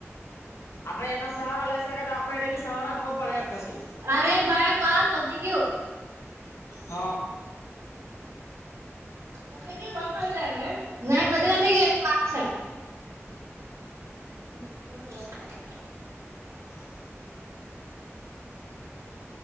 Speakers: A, on the left (about 90°); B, on the right (about 70°).
A: આપડે એનો સહારો લઈ શકે તો આપડે એને બી સહારો આપો પડે પછી
B: અરે ભાઈ બસ હજી ગયું
A: હા.
B: <unintelligible> <unintelligible>
A: <inaudible>